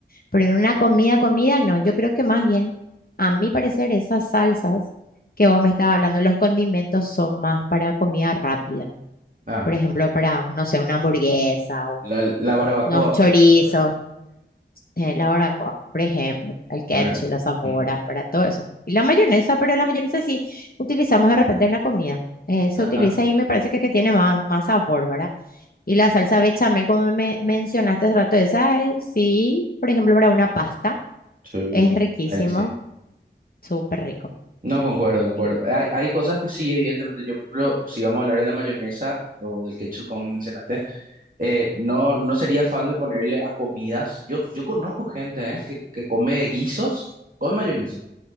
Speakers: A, on the left; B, on the right.
A: Pero en una comida, comida, no. Yo creo que más bien, a mi parecer, esas salsas que vos me estás hablando, los condimentos son más para comida rápida.
B: Ah,
A: Por ejemplo,
B: ok.
A: para, no sé, una hamburguesa, un-
B: La, la barbacoa,
A: unos chorizos,
B: por ejemplo, ¿verdad?
A: eh, la barbacoa, por ejemplo, el ketchup,
B: ¿Verdad?
A: la sabora,
B: Mm.
A: ¿verdad? Todo eso. Y la mayonesa, pero la mayonesa sí utilizamos de repente en la comida. Eh, se
B: Ajá.
A: utiliza y me parece que, que tiene más, más sabor, ¿verdad? Y la salsa bechamel, como me mencionaste hace rato, esa es, sí, por ejemplo, para una pasta.
B: Sí.
A: Es riquísimo,
B: Alicia.
A: súper rico.
B: No, concuerdo, concuerdo.
A: Sí.
B: Hay, hay cosas que sí, evidentemente. Yo, por ejemplo, si vamos a hablar de la mayonesa o del ketchup, como mencionaste, eh, no, no sería fan de ponerle a comidas. Yo, yo conozco gente, eh, que, que come guisos con mayonesa.